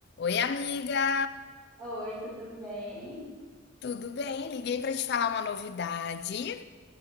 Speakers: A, on the left; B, on the right.
A: Oi, amiga!
B: Oi, tudo bem?
A: Tudo bem? Liguei para te falar uma novidade.